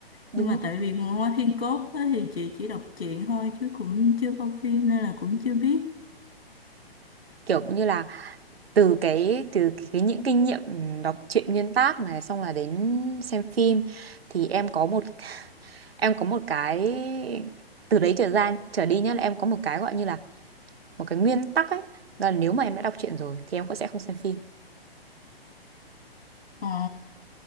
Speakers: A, on the right; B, on the left.
A: Đúng
B: Nhưng mà
A: rồi.
B: tại vì Nguồn Hoa Thiên Cốt á, thì chị chỉ đọc truyện thôi chứ cũng chưa coi phim nên là cũng chưa biết.
A: kiểu cũng như là từ cái từ cái, cái những kinh nghiệm ừm, đọc truyện nguyên tác này xong là đến xem phim thì em có một em có một cái từ đấy trở ra trở đi nhá là em có một cái gọi như là một cái nguyên tắc ấy là nếu mà em đã đọc truyện rồi thì em cũng sẽ không xem phim
B: Ồ,